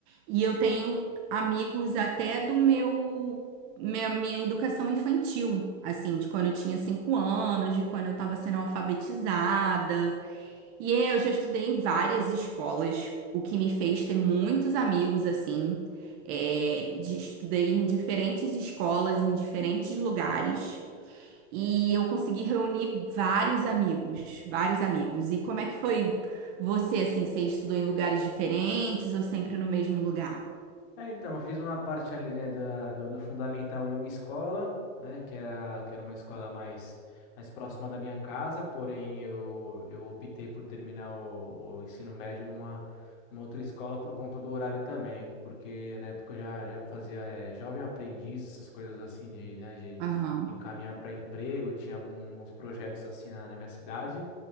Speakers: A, on the right (about 25°); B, on the left (about 40°).
A: E eu tenho amigos até do meu, minha, minha educação infantil, assim, de quando eu tinha cinco anos, de quando eu estava sendo alfabetizada. E eu já estudei em várias escolas, o que me fez ter muitos amigos assim. É, de- estudei em diferentes escolas, em diferentes lugares, e eu consegui reunir vários amigos, vários amigos. E como é que foi você assim? Você estudou em lugares diferentes ou sempre no mesmo lugar?
B: É, então, eu fiz uma parte ali, né, da, do, do fundamental em uma escola, né, que era, que era uma escola mais, mais próxima da minha casa, porém eu, eu optei por terminar o, o ensino médio numa, numa outra escola por conta do horário também, porque na época eu já, já fazia eh, jovem aprendiz, essas coisas assim de, né, de
A: Aham.
B: encaminhar para emprego, tinha algum- alguns projetos assim na, na minha cidade.